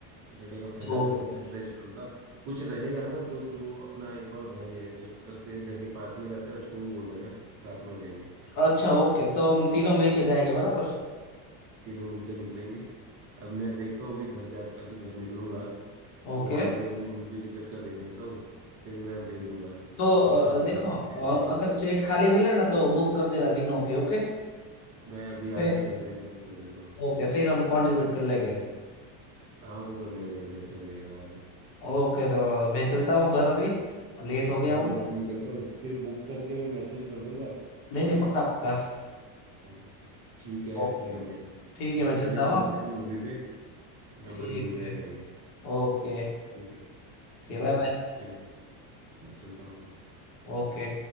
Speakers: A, on the right; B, on the left.
A: सैटरडे का फाइनल
B: तो
A: करते हैं सैटरडे शाम का कुछ रहेगा ना तो जो अपना एक और भाई है जो तेरे घर के पास में रहता है उसको भी बोल देना साथ में हो जाएंगे
B: अच्छा ओके तो हम तीनों मिलके जाएंगे बराबर
A: तीनों मिलकर निकलेंगे अब मैं देखता हूँ अभी घर जा अभी घर निकलूंगा
B: ओके
A: तो वहां पे अभी मूवी टिकट का देख लेता हूँ फिर मैं भेज दूंगा
B: तो अ,
A: जो भी
B: देखो
A: जैसा
B: अ,
A: भी रहेगा टिकट
B: अगर
A: का
B: सीट खाली मिले ना तो बुक कर देना तीनों की ओके
A: मैं अभी
B: फिर
A: आज ही घर जाके बुक कर देता हूँ
B: ओके फिर हम कंट्रीब्यूट कर लेंगे
A: हाँ वो कर लेंगे जैसा भी रहेगा बाद में
B: ओके तो मैं चलता हूँ घर अभी लेट हो गया
A: हाँ
B: हूँ
A: मैं भी निकलता हूँ फिर बुक करके मैं मैसेज कर दूंगा
B: नहीं नहीं
A: है ना
B: पक्का पक्का
A: हाँ ठीक है
B: ओके
A: ठीक है भाई
B: ठीक
A: अब
B: है मैं
A: सैटरडे
B: चलता
A: को
B: हूँ
A: मिलते
B: हाँ?
A: हैं मूवी पे अपना
B: ठीक
A: बढ़िया एंजॉय
B: है
A: करेंगे
B: Okay
A: ठीक है
B: Okay
A: ठीक
B: bye
A: है भाई
B: bye
A: चलो हाँ, चलता हूँ मैं
B: Okay